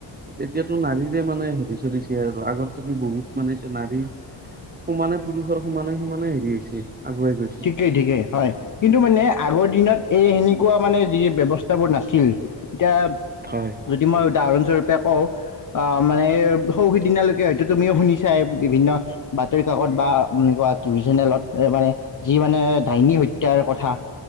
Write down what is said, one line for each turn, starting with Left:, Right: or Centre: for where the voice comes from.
Right: এতিয়াতো নাৰীৰে মানে হেৰি চলিছে আৰু। আগত থাকি বহুত মানে এতিয়া নাৰী সমানে পুৰুষৰ সমানে সমানে হেৰি হৈছে। আগুৱাই গৈছে
Left: ঠিকেই ঠিকেই হয়, কিন্তু মানে আগৰ দিনত এই সেনেকুৱা মানে যি ব্যৱস্থাবোৰ নাছিল। এতিয়া
Right: হয়
Left: যদি মই উদাহৰণস্বৰূপে কওঁ। অ' মানে সৌ সিদিনালৈকে হয়তো তুমিও শুনিছাই, বিভিন্ন বাতৰি-কাকত বা এনেকুৱা। টিভি চেনেলত মানে যি মানে ডাইনী হত্যাৰ কথা।